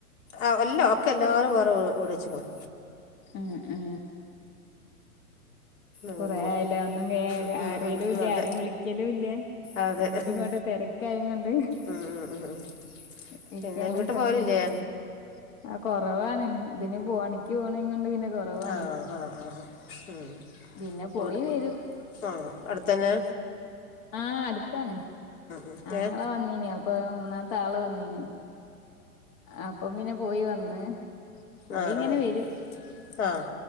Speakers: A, on the left; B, on the left.
A: അ എല്ല ഒക്കെ എല്ലാരും വേറെ വീട് വച്ചേക്കണ്
B: ഏ ഏ
A: അങ്ങനെ
B: കൊറെ
A: പോണ്
B: ആയില്ലെ ഒന്നും കേ
A: ഉം
B: അറിയലുംല്ല
A: ഉം ഉം അതെ
B: ആരും വിളിക്കലും ഇല്ല
A: അതെ
B: അങ്ങോട്ടും
A: ഉം
B: ഇങ്ങോട്ടും തേ തെരക്കായും കൊണ്ട്
A: ഉം ഉം ഉം ഉം
B: വിളിക്കാനും
A: പിന്നെ വീട്ട്
B: സമയം
A: പോവലില്ലേ
B: കിട്ടില്ല. ആ കൊറവാണ് ഇതിന് പോ പണിക്ക് പോണേ കൊണ്ട് പിന്നെ കൊറവാണ്
A: ആ ആ ആ ആ ഉം
B: പിന്നെ പോയി
A: ഒരു
B: വരും
A: ആ അടുത്ത തന്നെ
B: ആഹ് അടുത്താണ്
A: ഉം
B: ആങ്ങ
A: ഏ
B: വന്നീനോ അപ്പൊ മൂന്നാമത്തെ ആള് വന്നീനോ അപ്പീനെ പോയി വന്ന് പോയി
A: ആഹ്
B: ഇങ്ങനെ
A: ആ
B: വരും
A: ആഹ്